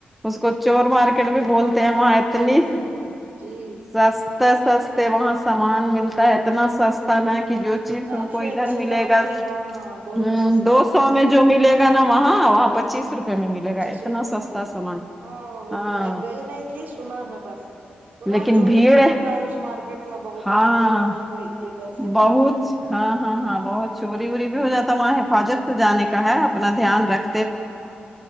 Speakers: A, in the centre; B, on the right.
A: اس کو چور
B: ہاں
A: مار
B: اس
A: کٹ پھر
B: کو
A: بھی بولتے
B: چور بازار
A: ہیں وہاں اتنی
B: بھی بولتے ہیں جی
A: سب سس سستے وہاں سامان ملتا ہے اتنا سستا نہ کہ جو پیس
B: کافی
A: تم کو
B: اچھے
A: ادھر ملے
B: دام
A: گا
B: پہ
A: ہ
B: ہاں بہت سستا
A: دو سو
B: ملتا
A: میں جو
B: ہے وہاں
A: ملے گا نا وہاں وہاں پچیس روپے میں ملے
B: پچیس
A: گا اتنا
B: روپے میں
A: سستا
B: ملے گا۔
A: سامان
B: ہاں وہ
A: ہاں
B: تو میں گئی نہیں تھی سنا ہے بس سنا
A: لیکن
B: چوری
A: بھیڑ
B: بھی ہوتا ہے اس مارک کرکٹ میں بہت
A: ہاں
B: اسی لیے میں نہیں گئی تھی ادھر سے
A: بہت ہاں ہاں ہاں بہت چوری ووری بھی ہو جاتا ہے وہاں حفاظت سے جان کا ہے اپنا دھیان رکھ
B: ہاں